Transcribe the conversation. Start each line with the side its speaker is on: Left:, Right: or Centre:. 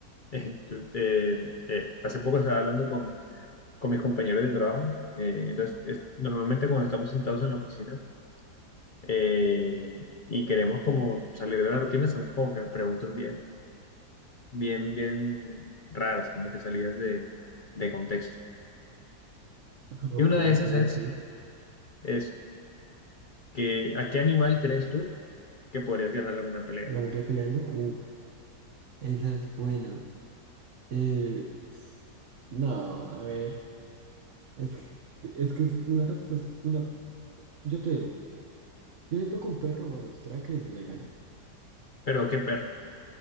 Left: eh, eh, tu- te- eh, hace poco estaba hablando con, con mis compañeros de trabajo. eh, entonces, es- normalmente cuando estamos sentados en la oficina eh, y queremos como salir de la rutina, hacemos como que preguntas bien. bien, bien raras, como que salidas de, de contexto.
Right: ok,
Left: Y una de esas
Right: ok,
Left: es,
Right: ok.
Left: es que, ¿a qué animal crees tú que podrías ganarle una pelea?
Right: ¿Ganarle peleando? Uf, esa es buena. Eh, no, a ver, es que, es que es una respuesta, una, yo te digo, yo siento que un perro a los traques le gano.
Left: Pero qué perro.